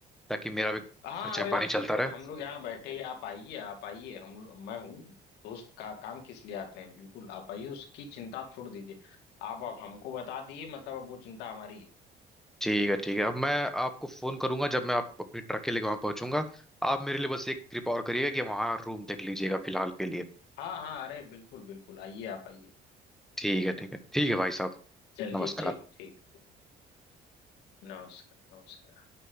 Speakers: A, in the centre; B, on the left (about 90°).
A: ताकि मेरा भी
B: हाँ
A: खर्चा
B: अरे
A: पानी चलता रहे
B: हम लोग यहाँ बैठे हैं, आप आइए आप आइए हम लोग- मैं हूँ दोस्त का काम किस लिए आते हैं बिल्कुल आप आइए उसकी चिंता आप छोड़ दीजिए आप अब हमको बता दिए मतलब अब वो चिंता हमारी है
A: ठीक है ठीक है अब मैं आपको फ़ोन करूंगा जब मैं आप अपनी ट्रक के लिए वहाँ पहुँचूंगा आप मेरे लिए बस एक कृपा और करिएगा कि वहाँ रूम देख लीजिएगा फिलहाल के लिए
B: हाँ हाँ अरे बिल्कुल बिल्कुल आइए आप आइए
A: ठीक है ठीक है ठीक है भाई साहब
B: चलिए
A: नमस्कार
B: ठीक ठीक ठीक नमस्कार नमस्कार